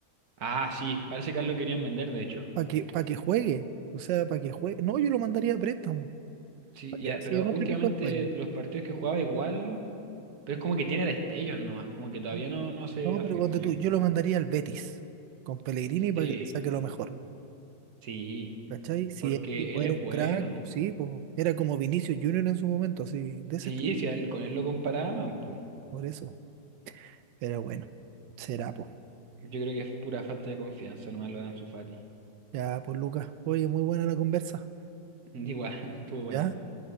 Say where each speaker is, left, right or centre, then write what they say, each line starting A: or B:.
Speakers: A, on the right (about 60°); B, on the right (about 85°).
A: Ah, sí, parece que lo querían vender, de hecho.
B: Para que, para que juegue. O sea, para que juegue. No, yo lo mandaría a préstamo.
A: Sí,
B: Para que
A: ya,
B: así
A: pero
B: en otro
A: últimamente
B: equipo de España.
A: los partidos que jugaba igual, pero es como que tiene destellos nomás, como que todavía
B: Sí.
A: no, no se
B: No,
A: afirma.
B: pero ponte
A: Yo,
B: tú, yo lo mandaría al Betis. Con Pellegrini para
A: sí,
B: que le saque lo mejor.
A: sí.
B: ¿Cachai? Si
A: Porque
B: el tipo
A: él
B: era
A: es
B: un
A: bueno.
B: crack, pues sí, pues, era como Vinicius Junior en su momento, así, de ese
A: Sí,
B: estilo.
A: si a él- con él lo comparaban, pues.
B: Por eso. Pero bueno, será, pues.
A: Yo creo que es pura falta de confianza, nomás lo dan su Fati.
B: Ya, pues, Lucas. Oye, muy buena la conversa.
A: <laughs> Igual, estuvo buena.
B: ¿Ya?